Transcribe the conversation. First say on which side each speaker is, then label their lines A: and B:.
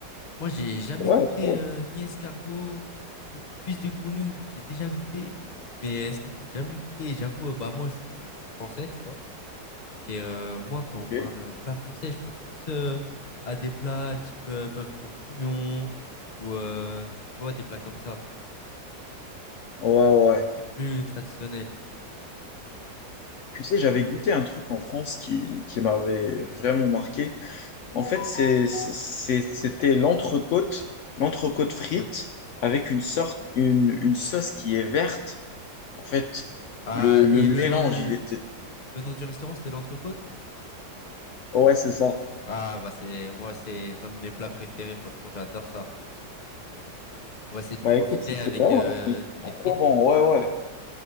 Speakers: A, on the left; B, on the left.
A: Moi, j'ai jamais
B: Ouais,
A: goûté
B: trop.
A: euh, ni escargot, ni cuisse de grenouille. J'ai déjà goûté, mais escargot, j'ai jamais goûté. Et j'avoue, euh, bah moi, je, suis- je suis français, tu vois. Et euh, moi, quand on parle
B: Ok.
A: euh, plat français, je pense plus euh, à des plats type euh, bœuf bourguignon ou euh, tu vois, des plats comme ça.
B: Ouais, ouais.
A: Donc,
B: ouais.
A: c'est plus traditionnel.
B: Tu sais, j'avais goûté un truc en France qui, qui m'avait vraiment marqué. En fait, c'est, c'est- c'était l'entrecôte, l'entrecôte frite
A: Ouais.
B: avec une sorte, une, une sauce qui est verte. En fait,
A: Ah,
B: le, le
A: et
B: mélange,
A: le nom, le,
B: il était...
A: le nom du restaurant, c'était l'entrecôte?
B: Ouais, c'est ça.
A: Ah, bah c'est moi, c'est l'un de mes plats préférés. Franchement, j'adore ça. Ouais, c'est du
B: Bah
A: faux
B: écoute,
A: filet
B: c'était
A: avec
B: vraiment
A: euh,
B: euh, trop
A: des frites.
B: bon. Ouais, ouais,